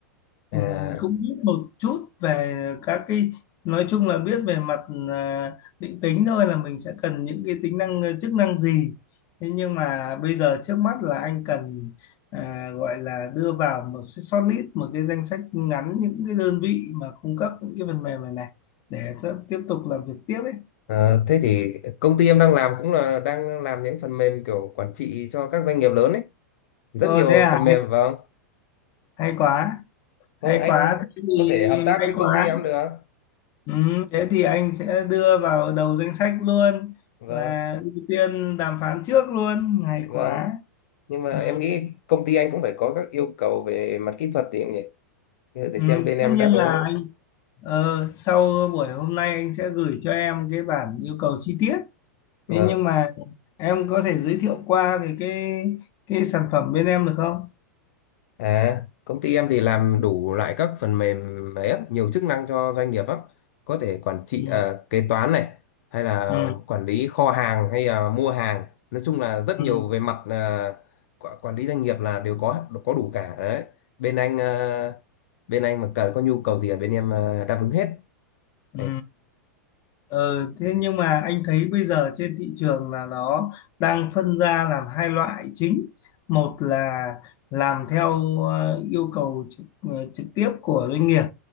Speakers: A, on the left; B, on the left.
A: ạ
B: Ừm,
A: à,
B: cũng biết một chút về các cái nói chung là biết về mặt à, định tính thôi là mình sẽ cần những cái tính năng ờ, chức năng gì thế nhưng mà bây giờ trước mắt là anh cần à, gọi là đưa vào một cái shortlist một cái danh sách ngắn những cái đơn vị mà cung cấp những cái phần mềm này này để cho tiếp tục làm việc tiếp ấy
A: ờ, thế thì công ty em đang làm cũng là đang làm những phần mềm kiểu quản trị cho các doanh nghiệp lớn ấy rất
B: ờ
A: nhiều
B: thế à
A: phần mềm
B: hay,
A: vâng
B: hay quá
A: không
B: hay
A: anh
B: quá thế thì
A: có thể hợp tác
B: may
A: với
B: quá
A: công ty em được
B: Ừ, thế thì anh sẽ đưa vào đầu danh sách luôn
A: vâng
B: và ưu tiên đàm phán trước luôn hay
A: vâng
B: quá
A: nhưng mà
B: ừ,
A: em nghĩ công ty anh cũng phải có các yêu cầu về mặt kỹ thuật thì cũng nhỉ để để
B: ừ,
A: xem bên em
B: tất nhiên
A: đáp
B: là
A: ứng
B: anh ờ, sau buổi hôm nay anh sẽ gửi cho em cái bản yêu cầu chi tiết
A: vâng
B: thế nhưng mà em có thể giới thiệu qua về cái cái sản phẩm bên em được không
A: à công ty em thì làm đủ loại các phần mềm ấy á, nhiều chức năng cho doanh nghiệp lắm có thể quản trị
B: ừ,
A: à, kế toán này hay là
B: ừ,
A: quản lý kho hàng hay là mua hàng nói chung là rất
B: ừ,
A: nhiều về mặt à, quả- quản lý doanh nghiệp là đều có có đủ cả đấy bên anh à, bên anh mà cần có nhu cầu gì ở bên em à, đáp ứng hết
B: ừ.
A: Đấy.
B: Ờ, thế nhưng mà anh thấy bây giờ trên thị trường là nó đang phân ra làm hai loại chính. Một là làm theo ờ, yêu cầu trực, ờ, trực tiếp của doanh nghiệp,